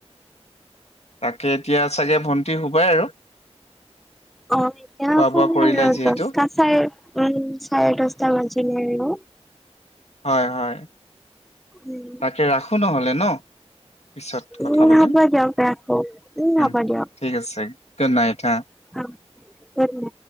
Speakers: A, on the left; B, in the centre.
A: তাকে এতিয়া চাগে ভণ্টি শুবাই আৰু
B: অ এতিয়া
A: খোৱা
B: আক
A: বোৱা
B: আৰু
A: কৰিলে যিহেতু
B: দছটা চাৰে উ চাৰে দছটা বাজিলে আৰু
A: হয় হয়
B: উম
A: তাকে ৰাখো নহ'লে ন। পিছত কথা
B: উম
A: পাতিম
B: হ'ব দিয়ক ৰাখো
A: উম
B: হ'ব দিয়ক
A: ঠিক আছে গদ নাইট হা
B: অ উম।